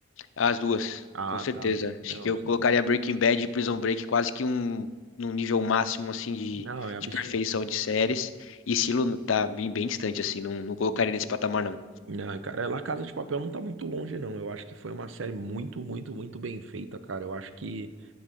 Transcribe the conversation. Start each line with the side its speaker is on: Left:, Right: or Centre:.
Left: As duas,
Right: Ah,
Left: com certeza.
Right: tá. Não,
Left: Acho que
Right: não
Left: eu
Right: sei.
Left: colocaria Breaking Bad e Prison Break quase que um, num nível máximo, assim, de,
Right: Não, é absurdo.
Left: de perfeição de séries. E Silo tá bem, bem distante, assim. Não, não colocaria nesse patamar, não.
Right: Não, cara, é, La Casa de Papel não tá muito longe, não. Eu acho que foi uma série muito, muito, muito bem feita, cara. Eu acho que